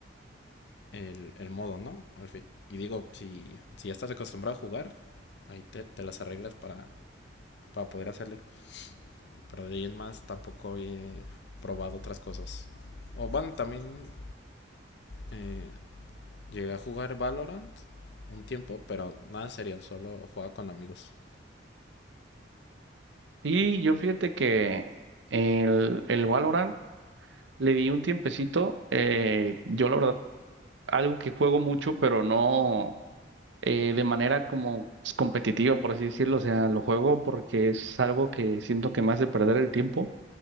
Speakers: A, on the left; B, on the right.
A: el, el modo, ¿no? Al fin. Y digo, si, si ya estás acostumbrado a jugar, ahí te, te las arreglas para, para poder hacerle. Pero de ahí en más tampoco he probado otras cosas. O bueno, también eh, Llegué a jugar Valorant un tiempo, pero nada serían, solo jugaba con amigos.
B: Y yo fíjate que el, el Valorant le di un tiempecito. eh, yo la verdad, algo que juego mucho, pero no eh, de manera como pues, competitiva, por así decirlo. O sea, lo juego porque es algo que siento que me hace perder el tiempo.